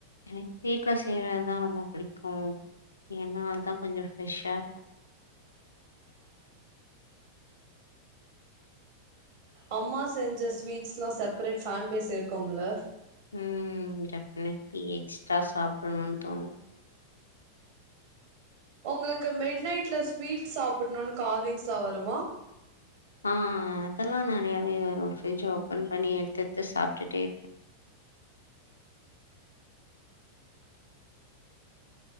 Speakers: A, on the left; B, on the right.
A: எனக் வீட்ல செய்றதுதா ரொம்ப புடிக்கு ஏன்னா அதான் கொஞ்ச ஃப்ரெஷ்ஷா இருக்கு
B: <inaudible> அம்மா செஞ்ச ஸ்வீட்ஸ்ல்லா செப்பரேட் ஃபேன் பேஸ் இருக்கும்ல
A: ம் டெஃபினெட்லி எக்ஸ்ட்ரா சாப்டணும்னு தோணு
B: உங்களுக்கு மிட் நைட்ல ஸ்வீட் சாப்டணும்னு கால்விங்ஸ்லா வருமா
A: ஆ அதெல்லா நறையாவே வரு ஃப்ரிட்ஜ் ஓப்பன் பண்ணி எடு த்து சாப்ட்டுட்டே இருப்பே